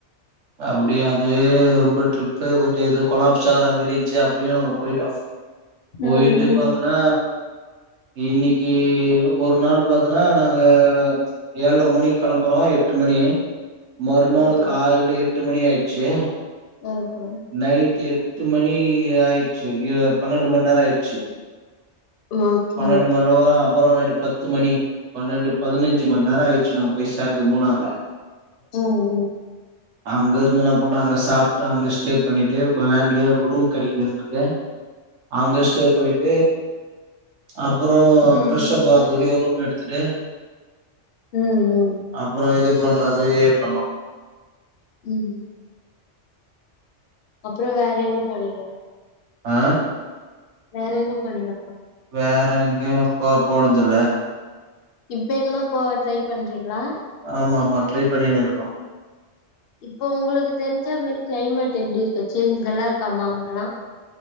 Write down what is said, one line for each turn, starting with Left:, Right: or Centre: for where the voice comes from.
Right: அப்புடியே அதுவே ரொம் ஒரு டிரிப்பே கொஞ்ச இது கொலாப்ஸ் ஆவுற மாரிந்துச்சு அப்படியே நாங்க போயிட்டோ போயிட்டு
Left: ம் ம்
Right: பாத்தனா இன்னைக்கு ஒரு நாள் பாத்தனா நாங்க ஏழ்ரை மணிக்கு கிளம்புறோ எட்டு மணி மறுநாள்
Left: ஓகே
Right: காலைல எட்டு மணி ஆயிடுச்சு
Left: ஓகே
Right: நைட்டு் எட்டு மணி ஆயிச்சு எ பன்னெண்டு மணி நேரோ ஆயிடுச்சு
Left: ஓகே ஓகே
Right: பன்னெண்டு மணிவா அப்புறோ நைட்டு் பத்து மணி பன்னெண்டு பதினஞ்சு மண்நேரோ ஆயிச்சு நாங்க போய் சேர்றதுக்கு அது மூணாறுல
Left: ம் ம்
Right: அங்க இருந்து என்ன பண்ணு அங்க சாப் டு அங்க ஸ்டே பண்ணிட்டு ப வேன்லயே ரூம் கெடைக்கிறதுருக்கே அங்க ஸ்டே பன்னிட்டு அப்புறோ
Left: ம்
Right: ஃப்ரஷப்
Left: ம்
Right: பார்த்துத் ஒரு ரூம் எடுத்துட்டு
Left: ம்
Right: அப்புறோ இது பண்றது வெளியே பண்ணு
Left: ம் அப்புறோ வேற எங்க போனீங்க
Right: ஆ
Left: வேற எங்க போனிங்க
Right: வேற எங்க போ போனதுல
Left: இப்ப எங்குனா போவ ட்ரை பண்றீங்களா
Right: ஆமா ஆமா ட்ரை பண்ணினு இருக்கோ
Left: இப்போ உங்களுக்கு தெரிஞ்ச மாதிரி கிளைமேட் எப்டி இருக்கு சேஞ்ச் நல்லா இருக்காமா அங்கெல்லா